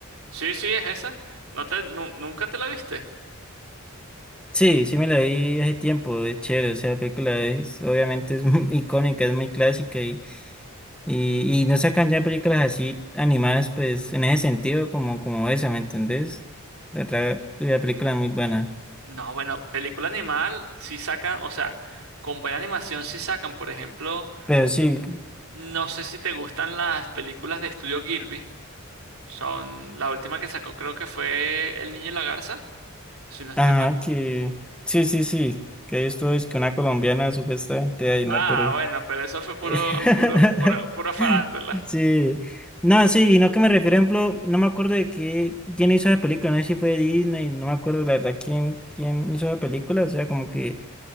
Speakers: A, on the right (about 75°); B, in the centre.
A: Sí, sí, es esa. ¿No te, nu- nunca te la viste?
B: Sí, sí me la vi hace tiempo, es chévere, o sea, la película es, obviamente es <laughs> muy icónica, es muy clásica y, y, y no sacan ya películas así animadas, pues en ese sentido, como, como esa, ¿me entendés? La, otra- la película es muy buena.
A: No, bueno, película animal sí sacan, o sea, con buena animación sí sacan, por ejemplo,
B: Pero sí,
A: no sé si te gustan las películas de Estudio Gilby, son la última que sacó creo que fue El Niño y la Garza, si no estoy
B: Ajá,
A: mal.
B: que sí, sí, sí, que esto es que una colombiana supuestamente ahí,
A: Ah,
B: ¿no? Pero...
A: bueno, pero eso fue puro,
B: <laughs>
A: puro, puro, puro farándula.
B: Sí, no, sí, y no que me refiero, ejemplo, no me acuerdo de qué, quién hizo la película, no sé si fue Disney, no me acuerdo la verdad quién, quién hizo la película, o sea, como que